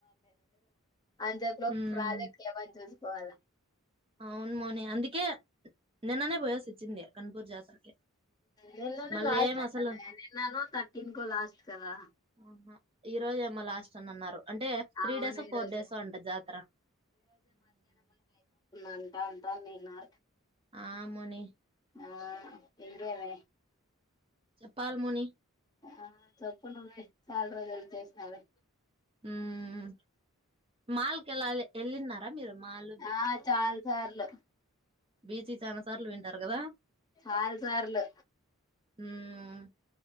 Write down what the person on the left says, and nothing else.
అందట్లో
ప్రాజెక్టులు ఇ పోవాల
నిన్ననే
లాస్ట్
అంటానే
నిన్ననో థాటిన్కో లాస్ట్ కదా
అవును
ఈ
రోజే
అంటా అంతా నీనార్
ఆ ఇంకా ఏమే
ఆ చెప్పు నువ్వే చాలా రోజులకు చేసినావులే
ఆ చాల సార్లు
చాల్సార్లు